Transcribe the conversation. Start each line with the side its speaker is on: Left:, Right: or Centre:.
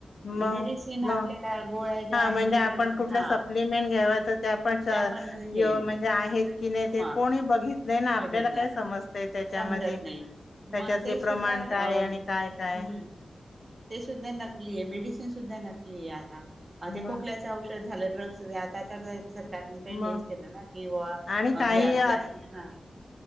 Left: मग
Right: मेडिसिन आपल्याला
Left: मग
Right: गोळ्या ज्या
Left: हा
Right: आहे
Left: म्हणजे
Right: त्या
Left: आपण कुठलं
Right: हा.
Left: सप्लिमेंट घ्याव तर त्या पण म्हणजे
Right: त्या पण हे नाही
Left: आहेत की नाही ते
Right: म
Left: कोणी बघितलंय ना आपल्याला
Right: बघितला
Left: काय समज त्याच्यामध्ये
Right: समजत नाही
Left: त्याच्यातले
Right: मग ते
Left: प्रमाण
Right: सुद्धा अ
Left: काय आणि काय काय
Right: हम्म ते सुद्धा नकली आहे मेडिसिन सुद्धा नकली आहे आता. आधी
Left: मग
Right: खोकल्याच औषध झालं ड्रग्स आता तर सरकारने तर
Left: मग
Right: हेच केलं ना कि
Left: आणि काही
Right: हे असल्या असं ह.